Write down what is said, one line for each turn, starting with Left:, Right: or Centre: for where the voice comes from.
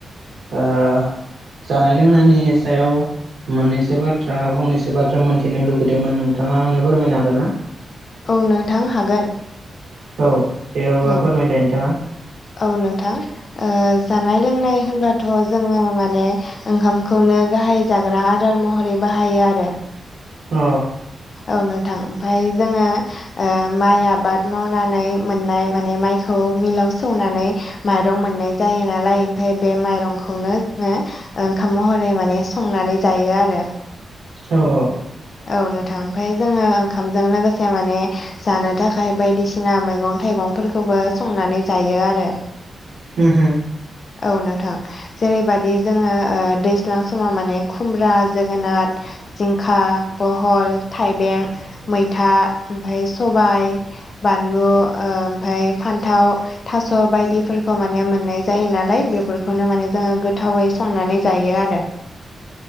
Right: ओ जानाय लोंनायनि सायाव मोननैसो बाथ्रा फंनैसो बाथ्रा मोनथिनो लुुबैदोंमोन नोंथाङा आंनो फोरमायनो हागोनना?
Left: औ नोंथां हागोन।
Right: औ दे अब्ला
Left: औ
Right: फोरमायलाय नोंथाङा।
Left: औ नोंथां ओ जानाय लोंनाय होनबाथ' जोङो माने ओंखामखौनो गाहाय जाग्रा आदार महरै बाहायो आरो।
Right: अ
Left: औ नोंथां ओमफ्राय जोङो ओ माइ आबाद मावनानै मोननाय माने माइखौ मिलाव सौनानै माइरं मोननाय जायो नालाय ओमफ्राय बे माइरंखौनो जोङो ओंखाम महरै माने संनानै जायो आरो।
Right: औ औ
Left: औ नोंथां ओमफ्राय जोङो ओंखामजों लोगोसे माने जानो थाखाय बायदिसिना मैगं थाइगंफोरखौबो संनानै जायो आरो।
Right: उम हम
Left: औ नोंथां जेरैबादि जोङो ओ दैज्लां समाव माने खुमब्रा जोगोनात जिंखा, बहल, थाइबें, मैथा, ओमफ्राय सबाइ बानलु ओ ओमफ्राय फान्थाव थास' बायदिफोरखौ माने मोननाय जायो नालाय बेफोरखौनो माने जोङो गोथावै संनानै जायो आरो।